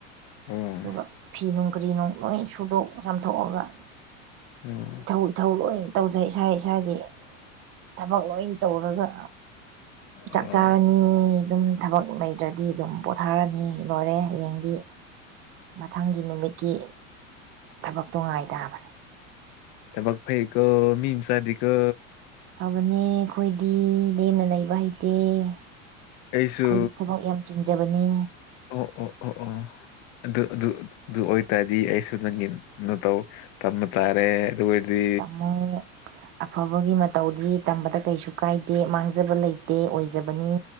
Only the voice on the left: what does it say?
ꯑꯣ
ꯑꯣ
ꯑꯣ
ꯊꯕꯛ ꯐꯩꯀꯣ ꯃꯤꯃꯆꯥꯗꯤ ꯀꯣ
ꯑꯩꯁꯨ
ꯑꯣ ꯑꯣ ꯑꯣ ꯑꯣ ꯑꯗꯨ ꯑꯗꯨ ꯑꯗꯨ ꯑꯣꯏꯇꯥꯔꯗꯤ ꯑꯩꯁꯨ ꯅꯪꯒꯤ ꯇꯧ ꯇꯝꯕ ꯇꯥꯔꯦ ꯗꯨꯔꯗꯤ